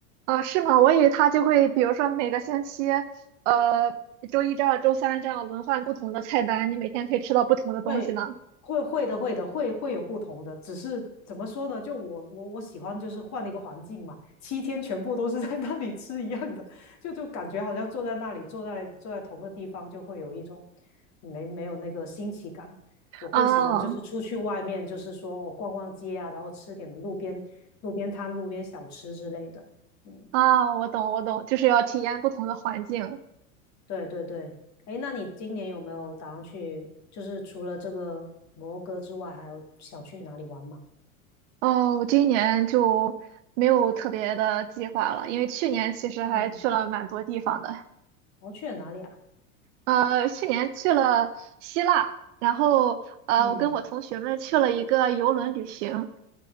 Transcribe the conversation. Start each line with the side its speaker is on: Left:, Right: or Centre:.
Right: 啊，是吗？我以为他就会，比如说每个星期，呃，周一这样，周三这样轮换不同的菜单，你每天可以吃到不同的东西呢。
Left: 会会会的，会的，会会有不同的，只是怎么说呢？就我我我喜欢就是换一个环境嘛，七天全部都是在那里吃一样的，就就感觉好像坐在那里，坐在坐在同个地方，就会有一种没没有那个新奇感。我更喜欢就是出去外面，
Right: 啊
Left: 就是说哦逛逛街啊，然后吃点路边路边摊、路边小吃之类的。嗯
Right: 啊，我懂，我懂，就是要体验不同的环境。
Left: 对对对，哎，那你今年有没有打算去？就是除了这个摩洛哥之外，还有想去哪里玩吗？
Right: 哦，我今年就没有特别的计划了，因为去年其实还去了蛮多地方的。
Left: 嗯，哦，去了哪里啊？
Right: 呃，去年去了希腊，然后呃，
Left: 嗯，
Right: 我跟我同学们去了一个游轮旅行。